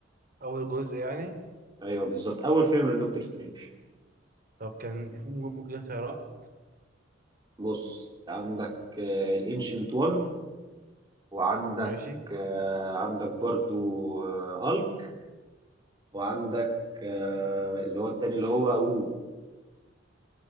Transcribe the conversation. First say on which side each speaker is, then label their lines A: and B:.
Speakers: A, on the right; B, on the right.
A: اول جزء يعني
B: أيوه بالظبط أول فيلم لدكتور سترينج
A: طب كان ممكن ممكن اختيارات
B: بص عندك الانشنت 1 وعندك
A: ماشي
B: آه، عندك برضو آه، هالك وعندك آه، اللي هو التاني اللي هو وو